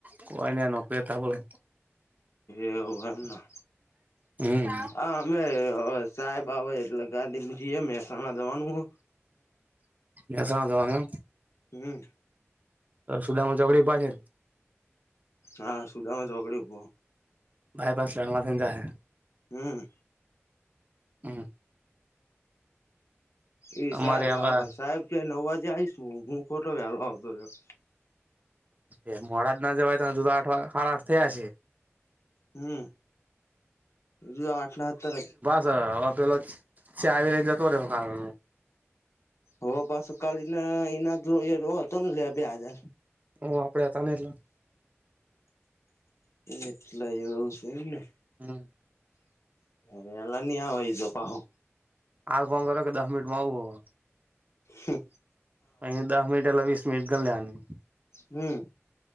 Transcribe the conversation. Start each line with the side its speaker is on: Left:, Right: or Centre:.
Right: કઈ ના નોકરીએ ત બોલે
Left: એવ ના
Right: હમ
Left: હ અમે સાહેબ આવે એટલેગાજીી મહેસાણા દવાનું હો
Right: મહેસાણા જોવાનું એમ.
Left: હમ્મ.
Right: સુધા મા છોકડી પાસે
Left: હા સુદામાં ચોકડી ઉભું.
Right: બાયપાસ લણવાથી જાયે.
Left: હમ્મ.
Right: હમ્મ.
Left: એ
Right: અમારે
Left: સાહેબ
Right: આવા
Left: સાહેબ ક્યાં નવ વાજે આઈશ હું ખોટો વ્યાલો આવતો રહ્યો.
Right: એ મોડા જ ના જવાય ત જુદો આઠ આ આઠ થયા હ છે.
Left: હમ્મ જો આઠ ના અંદર
Right: હ આપેલા ચાવી લઈ જતો રેવાનું.
Left: હો પાછું કાલ એના એના જો હતો ને લે બે હજાર
Right: હ આપડે હતા ને એટલા.
Left: એટલે એવું છે એમ ને.
Right: હમ્મ.
Left: વેલા ની આવેઈ જો પહો.
Right: આાલ ફોન કર્યો કે દસ મિનિટ માં આવવું.
Left: હમ્મ.
Right: અ દસ મિનિટ ની વિશ મિનિટ કર નાખે.
Left: હમ્મ